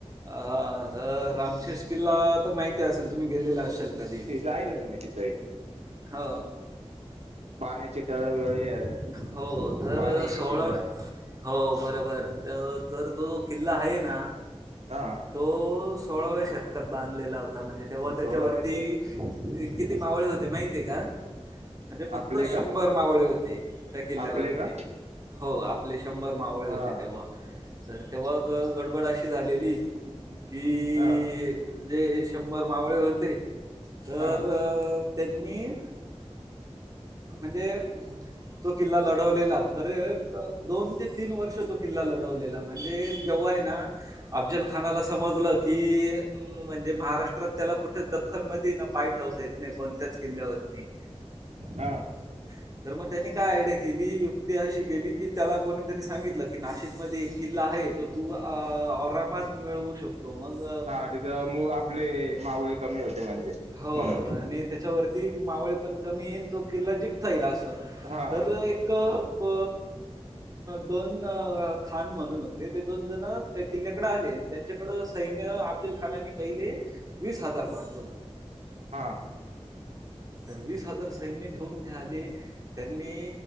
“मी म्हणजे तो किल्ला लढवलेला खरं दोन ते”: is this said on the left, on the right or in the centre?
Right